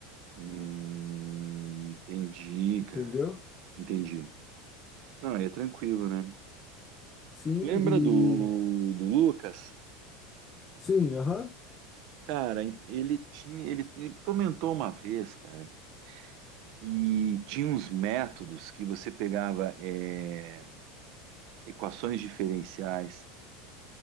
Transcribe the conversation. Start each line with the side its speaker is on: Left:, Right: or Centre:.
Right: Hum, entendi,
Left: entendeu?
Right: cara. Entendi. Não, aí é tranquilo, né?
Left: Sim,
Right: Lembra
Left: e
Right: do, do Lucas?
Left: sim, aham.
Right: Cara, ele tinha, ele, ele comentou uma vez, cara, que tinha uns métodos que você pegava é, equações diferenciais